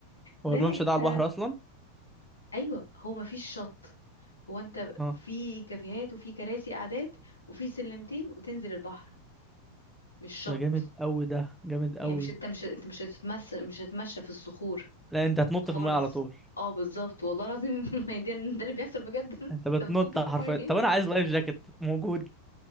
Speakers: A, on the left (about 80°); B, in the centre.
A: ده
B: هو الممشى
A: انت
B: ده على البحر اصلا
A: ايوه هو ما فيش شط هو انت
B: اه
A: في كافيهات وفي كراسي قعدات وفي سلمتين وتنزل البحر مش شط
B: ده جامد قوي ده جامد
A: يعني
B: قوي
A: مش انت مش انت مش هتتمشى مش هتتمشى في الصخور
B: لا انت هتنط
A: خالص
B: في الميه على طول
A: اه بالظبط والله العظيم <laughs> ما هي دي- ده اللي بيحصل بجد <laughs> انت
B: انت بتنط
A: بتنط في
B: حرفيا
A: الميه ايه؟
B: طب انا عايز لايف جاكيت موجود